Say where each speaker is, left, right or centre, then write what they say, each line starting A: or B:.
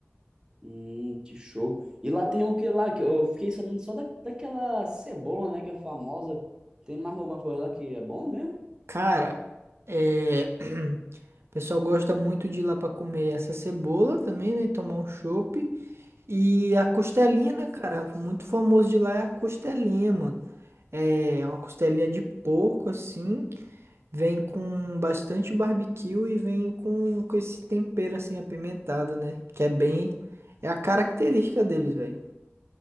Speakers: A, on the right; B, on the right.
A: Hum, que show. E lá tem o que lá? Que eu fiquei sabendo só da, daquela cebola, né? Que é famosa. Tem mais alguma coisa lá que é bom mesmo?
B: Cara, é... <clears throat> o pessoal gosta muito de ir lá pra comer essa cebola também, né? Tomar um chopp. E a costelinha, né, cara? Muito famoso de lá é a costelinha, mano. É uma costelinha de porco, assim. Vem com bastante barbecue e vem com, com esse tempero, assim, apimentado, né? Que é bem... É a característica deles, velho.